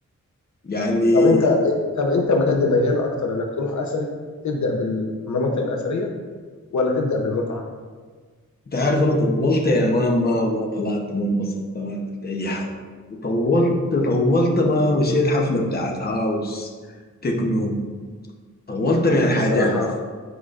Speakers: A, on the left (about 30°); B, on the left (about 70°).
A: يعني
B: طب أنت طب أنت بجد ميال أكتر إنك تروح أثري تبدأ بالمناطق الأثرية ولا تبدأ بالمتعة؟
A: انت عارف انا طولت يا مان ما ما طلعت ما انبسطت ما عملت اي حاجه وطولت طولت ما مشيت حفله بتاعت هاوس تكنو طولت من الحاجات
B: بصراحة
A: دي